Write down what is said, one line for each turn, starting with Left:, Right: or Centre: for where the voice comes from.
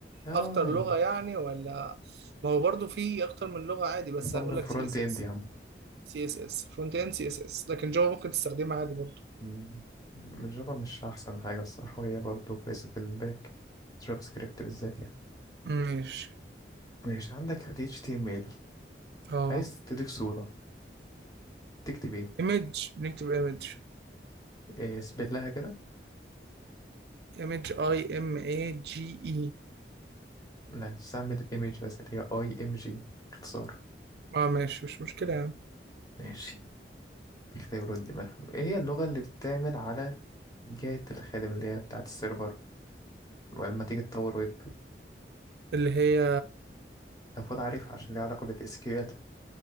Left: اه
Right: اكتر لغة يعني ولا ما هو برضو في اكتر من لغة عادي بس
Left: نصمم
Right: هقول لك
Left: فرونت
Right: سي اس اس
Left: اند يا عم
Right: سي اس اس فرونت اند سي اس اس لكن جافا ممكن تستخدمها عادي برضو
Left: مم. الجافا مش احسن حاجه الصراحه وهي برضه كويسه في الباك جافا سكريبت بالذات يعني
Right: ماشي
Left: ماشي عندك ال HTML
Right: اه
Left: عايز تضيف صوره تكتب ايه
Right: ايمج بنكتب ايمج
Left: إيه، اثبت لها كده
Right: ايمج اي ام اي جي اي
Left: لا تستعمل الايمج بس اللي هي اي ام جي اختصار
Right: اه ماشي مش مشكلة يعني
Left: ماشي اختبروا الدماغ ايه هي اللغه اللي بتعمل على جهه الخادم اللي هي بتاعه السيرفر ولما تيجي تطور ويب
Right: اللي هي
Left: المفروض عارفها عشان ليها علاقه بالاس كيو ال